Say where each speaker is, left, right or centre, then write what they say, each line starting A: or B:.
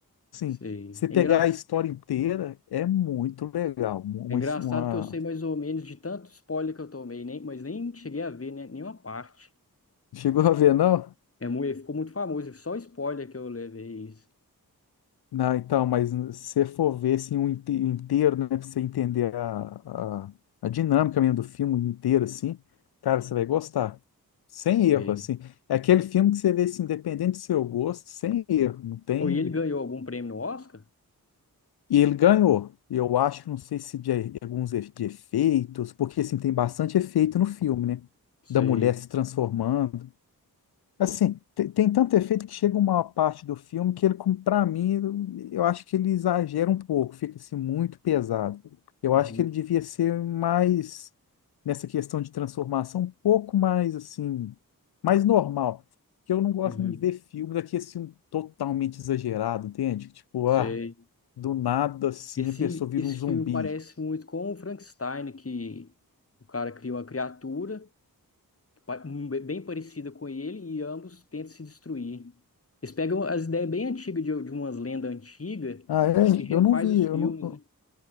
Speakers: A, on the left; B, on the left.
A: assim.
B: sei.
A: Você pegar
B: É engra-
A: a história inteira é muito legal. Uma,
B: é engraçado
A: uma...
B: que eu sei mais ou menos de tanto spoiler que eu tomei, nem, mas nem cheguei a ver né, nenhuma parte.
A: Chegou a ver, não?
B: É, mu- ficou muito famoso, só spoiler que eu levei isso.
A: Não, então, mas se você for ver assim, um inte- inteiro, né, pra você entender a, a, a dinâmica mesmo do filme inteiro, assim, cara, você vai gostar. Sem
B: Sei.
A: erro, assim. É aquele filme que você vê, assim, independente do seu gosto, sem erro. Não tem.
B: Oh, e ele ganhou algum prêmio no Oscar?
A: E ele ganhou. Eu acho, não sei se de e- alguns e- de efeitos, porque assim, tem bastante efeito no filme, né?
B: Sei.
A: Da mulher se transformando. Assim, te- tem, tanto efeito que chega uma parte do filme que ele, para mim, eu eu acho que ele exagera um pouco, fica assim muito pesado. Eu
B: Uhum,
A: acho que ele devia ser mais, nessa questão de transformação, um pouco mais assim, mais normal. Porque eu não gosto
B: uhum,
A: muito de ver filme daqui assim, um totalmente exagerado, entende? Tipo,
B: Sei.
A: ah. Do nada, assim,
B: Esse,
A: a pessoa vira
B: esse
A: um zumbi.
B: filme parece muito com o Frankenstein, que o cara cria uma criatura. pa- um bem parecida com ele e ambos tentam se destruir. Eles pegam as ideias bem antigas de, de umas lendas antigas,
A: Ah, é?
B: eu acho que refaz
A: Eu não vi,
B: os filmes,
A: eu não,
B: né?